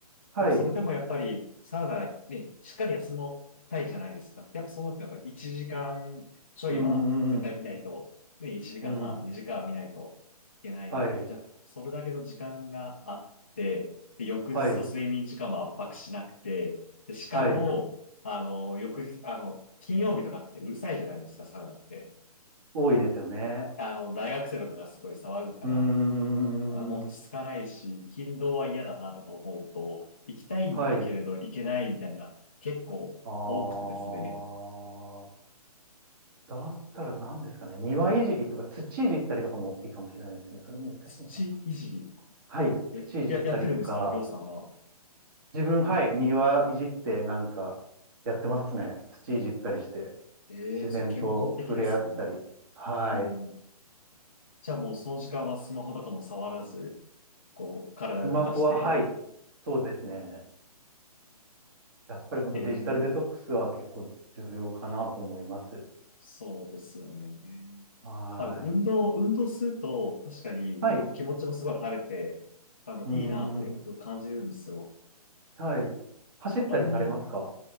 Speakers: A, on the right; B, on the left.
A: はい、
B: でもそれでもやっぱり、
A: う
B: サウナね、しっかり休もうたいじゃないですか。やっぱそうなるとやっぱり1時間ちょいは絶対見ないと、
A: ん、うん、うん
B: ね、1時間半、
A: うん、うん、
B: 2時間は見ないといけないので、
A: はい、
B: じゃあ、それだけの時間があって、で、翌日の睡眠時間も圧迫しなくて、
A: はい、
B: でしかも、
A: はい、
B: あの、翌日、あの、金曜日とかってうるさいじゃないですか、サウナって。
A: 多いですよね。
B: あの、大学生とかがすごい騒ぐから、
A: うーん、
B: あもう落ち着かないし、勤労は嫌だなとか思うと、行きたいんだけれど行けないみたいな、
A: はい、
B: 結構多くてですね、
A: あー、だったら何ですかね、庭いじりとか土いじったりとかもいいかもしれないですね。それも難しいのかな。
B: 土いじり、
A: はい、
B: え、
A: 土いじったりとか、
B: や、やってるんですかりょうさんは。
A: 自分、はい、庭いじってなんかやってますね。土いじったりして、
B: ええそう、
A: 自然と触れ合ったり。
B: 健康的ですね。
A: はい。
B: うん。じゃあもうその時間はスマホとかも触らず、こう、体を動かして、
A: スマホは、はい、そうですね。やっぱり本当デジタルデトックスは結構重要かなと思います。
B: ええそうですよね。
A: はーい。
B: まあ、運動、運動すると、確かに結構気持ちもすごい晴れて、
A: はい。う
B: あの、
A: ーん。
B: いいなってちょっと感じるんですよ。
A: はい。走ったりされますか
B: そう、ランニング、